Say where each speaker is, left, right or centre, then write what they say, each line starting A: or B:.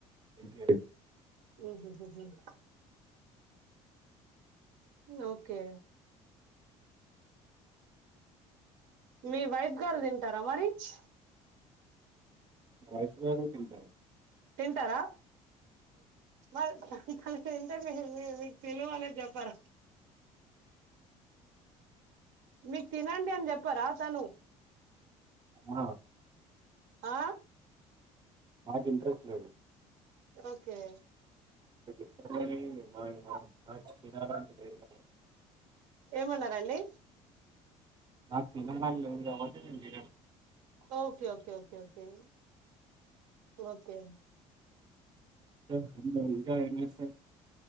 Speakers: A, on the right; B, on the right.
A: ఎంకె రైస్
B: ఉహు హుమ్ ఉమ్ ఓకే మీ వైఫ్ గారు ని తరమరిచ్
A: నా వైఫ్ గారు తింటారు
B: తింటారా మ ర <inaudible> ఇంటర్ మీ మీ మీకు తెలివాలే చెప్పార మీకు తినండి అని చెప్పారా తను
A: ఆ
B: ఆ
A: మాకు ఇంట్రెస్ట్ లేదు
B: ఓకే
A: నువ్వు చెప్పవని మా మా మాకు తినాలనీలేదు
B: ఏమన్నారండి
A: నాకు తినాలని లేదు కాబ్బటి నేను తినను
B: okay okay okay okay okay
A: ఇంకా ఇంకా ఏమి చేస్తారు